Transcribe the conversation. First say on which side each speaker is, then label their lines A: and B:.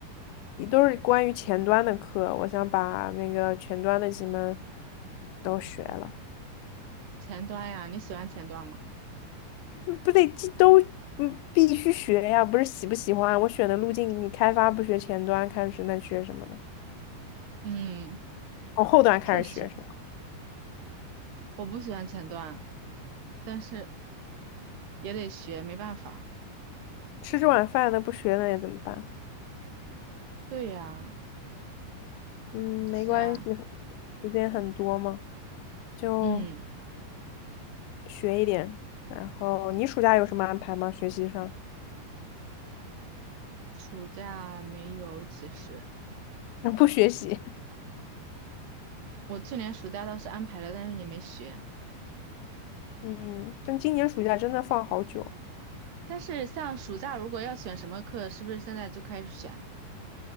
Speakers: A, on the left; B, on the right.
A: 也都是关于前端的课，我想把那个前端的几门都学了，
B: 前端呀，你喜欢前端吗？
A: 嗯不得这都嗯必须学呀，不是喜不喜欢？我选的路径，你开发不学前端开始，那学什么呢？
B: 嗯，
A: 从后端开始学。
B: 确实，我不喜欢前端。但是也得学，没办法。
A: 吃这碗饭的不学了也怎么办？
B: 对呀，
A: 嗯，
B: 是啊，
A: 没关系，时间很多嘛，就
B: 嗯，
A: 学一点。然后你暑假有什么安排吗？学习上？
B: 暑假没有，其实
A: <laughs> 不学习。
B: 我去年暑假倒是安排了，但是也没学。
A: 嗯，但今年暑假真的放好久。
B: 但是像暑假如果要选什么课，是不是现在就开始选了？